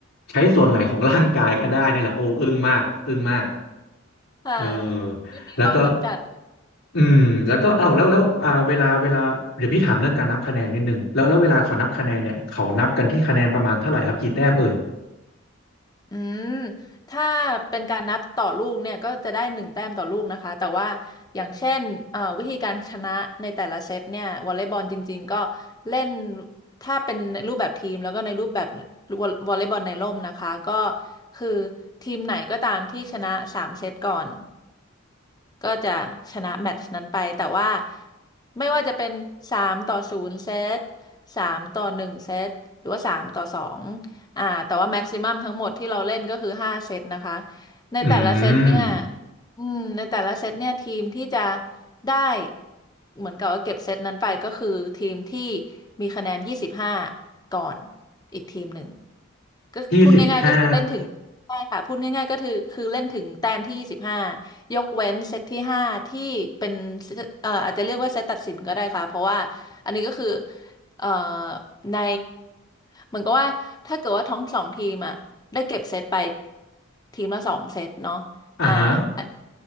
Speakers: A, on the left (about 85°); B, on the left (about 20°).
A: ใช้ส่วนไหนของร่างกายก็ได้นี่แหละโอ้อึ้งมากอึ้งมาก
B: ค่ะ
A: เออ
B: ไม่มีข้อจำกัด
A: แล้วก็ อืมแล้วก็เอ้าแล้วแล้วอ่าเวลาเวลาเดี๋ยวพี่ถามเรื่องการนับคะแนนนิดนึงแล้วแล้วเวลาเขานับคะแนนเนี่ยเขานับกันที่คะแนนประมาณเท่าไหร่ครับกี่แต้มเอ่ย
B: อืมถ้าเป็นการนับต่อลูกเนี่ยก็จะได้หนึ่งแต้มต่อลูกนะคะแต่ว่าอย่างเช่นเอ่อวิธีการชนะในแต่ละเซตเนี่ยวอลเลย์บอลจริงๆก็เล่นถ้าเป็นรูปแบบทีมแล้วก็ในรูปแบบวอลวอลเลย์บอลในร่มนะคะก็คือทีมไหนก็ตามที่ชนะสามเซตก่อน ก็จะชนะแมตช์นั้นไปแต่ว่าไม่ว่าจะเป็นสามต่อศูนย์เซตสามต่อหนึ่งเซตหรือว่าสามต่อสองอ่าแต่ว่าแม็กซิมัมทั้งหมดที่เราเล่นก็คือห้าเซตนะคะในแต่ละเซตเนี่ย
A: อืม
B: อืมในแต่ละเซตเนี่ยทีมที่จะได้เหมือนกับว่าเก็บเซตนั้นไปก็คือทีมที่มีคะแนนยี่สิบห้าก่อนอีกทีมหนึ่งก็พูดง่ายๆก็คือเล่นถึง
A: ยี่สิบห้า
B: ใช่ค่ะพูดง่ายๆก็คือคือเล่นถึงแต้มที่ยี่สิบห้ายกเว้นเซตที่ห้าที่เป็นเซตเอ่ออาจจะเรียกว่าเซตตัดสินก็ได้ค่ะเพราะว่าอันนี้ก็คือเอ่อในเหมือนกับว่าถ้าเกิดว่าทั้งสองทีมอ่ะได้เก็บเซตไปทีมละสองเซตเนาะอ่าอัน
A: อ่าฮะ